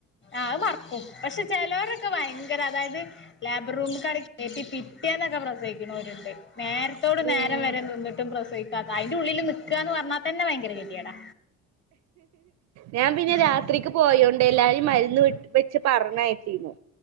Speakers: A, on the left; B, on the right.
A: ആഹത് മറക്കും പക്ഷെ ചിലവരൊക്കെ ഭയങ്കര അതായത് ലാബ്റൂമ കടി പിറ്റന്നൊക്കെ പ്രസിക്കുന്നവരുണ്ട് നേരത്തോട്
B: ഉം
A: നേരം വരെ നിന്നിട്ടും പ്രസയിിക്കാത്ത അതിറെ ഉള്ളില് നൽക്കുകന്ന് പറഞ്ഞാൽ തന്നെ ഭയങ്കര ഗതി കോടാ
B: ഞാൻ പിന്നെ
A: ഉം
B: രാത്രിക്ക് പോയോണ്ട് എല്ലാ മരുന്ന് വി വെച്ച് പറഞ്ഞയച്ചിനു